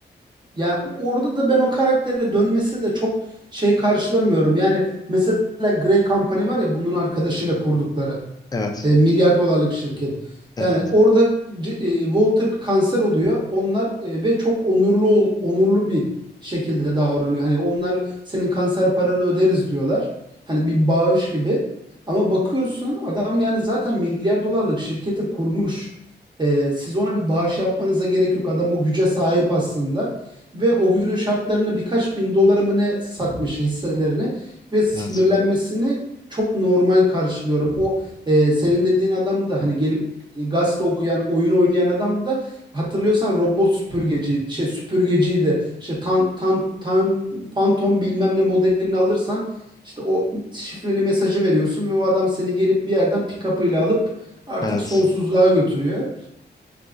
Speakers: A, on the right (about 25°); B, on the left (about 20°).
A: Yani orada da ben o karaktere dönmesini de çok şey karşılamıyorum. Yani mesela Grey Company var ya bunun arkadaşıyla kurdukları.
B: evet
A: E, milyar dolarlık şirket.
B: evet
A: Yani
B: evet
A: orada C- e, Walter kanser oluyor. Onlar e, ve çok onurlu ol- onurlu bir şekilde davranıyor. Hani onlar senin kanser paranı öderiz diyorlar. Hani bir bağış gibi. Ama bakıyorsun adam yani zaten milyar dolarlık şirketi kurmuş. E, siz ona bir bağış yapmanıza gerek yok. Adam o güce sahip aslında. Ve o günün şartlarını birkaç bin dolara mı ne satmış hisselerini ve sinirlenmesini
B: evet
A: çok normal karşılıyorum. Bu ee, senin dediğin adam da hani gelip e, gazete okuyan, oyun oynayan adam da hatırlıyorsan robot süpürgeci, şey süpürgeciydi. İşte tan, tan, tan, Phantom bilmem ne modelini alırsan işte o şifreli mesajı veriyorsun ve o adam seni gelip bir yerden pick-up'ıyla alıp artık
B: evet.
A: sonsuzluğa götürüyor.